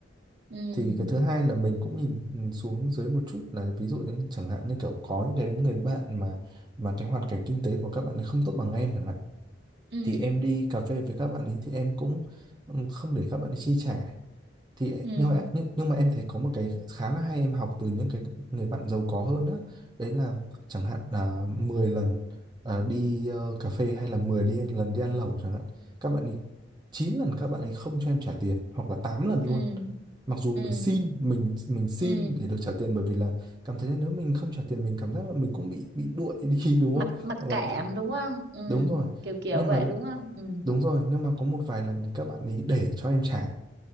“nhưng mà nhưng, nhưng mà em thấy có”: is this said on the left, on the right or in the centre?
Right